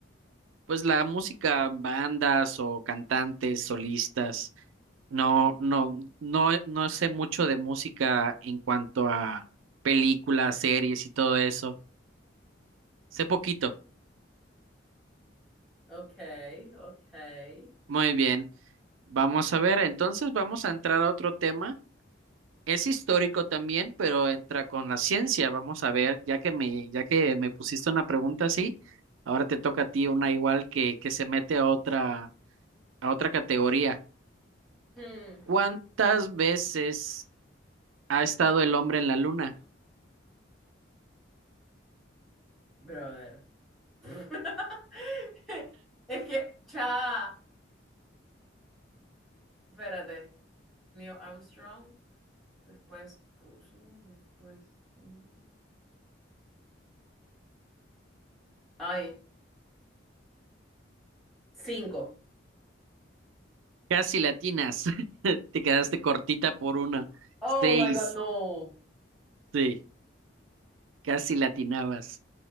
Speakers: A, on the right; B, in the centre.
A: pues la música, bandas o cantantes, solistas. No, no, no, no sé mucho de música en cuanto a películas, series y todo eso. Sé poquito.
B: Ok, ok.
A: Muy bien. Vamos a ver, entonces vamos a entrar a otro tema. Es histórico también, pero entra con la ciencia. Vamos a ver, ya que me, ya que me pusiste una pregunta así, ahora te toca a ti una igual que, que se mete a otra, a otra categoría.
B: Hmm,
A: ¿Cuántas veces ha estado el hombre en la luna?
B: brother. <laughs> Es que, cha, espérate. Neil Armstrong, después Rusia, después. mm, Ay, cinco.
A: Casi latinas. <laughs> Te quedaste cortita por una.
B: Oh
A: Seis.
B: my God, no.
A: Sí, casi latinabas.